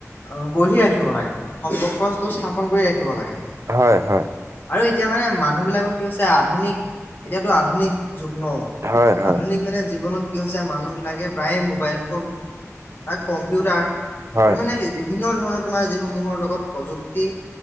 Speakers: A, on the left (about 40°); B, on the right (about 60°).
A: অ', গঢ়ি ৰাখিব লাগে। সম্পৰ্কটো স্থাপন কৰি ৰাখিব লাগে।
B: হয় হয়
A: আৰু এতিয়া মানে মানুহবিলাকৰ কি হৈছে আধুনিক, এতিয়াতো আধুনিক যুগ ন?
B: হয় হয়
A: আধুনিক মানে জীৱনত কি হৈছে, মানুহ বিলাকে প্ৰায়ে মোবাইল ফোন বা কম্পিউটাৰ
B: হয়
A: আৰু মানে বিভিন্ন ধৰণৰ তোমাৰ যিসমূহৰ লগত প্ৰযুক্তি